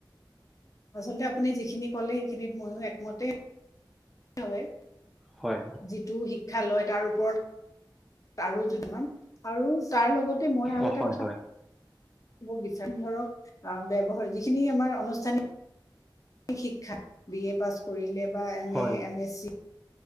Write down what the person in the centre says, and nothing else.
হয়
অ
হয়
হয়
হয়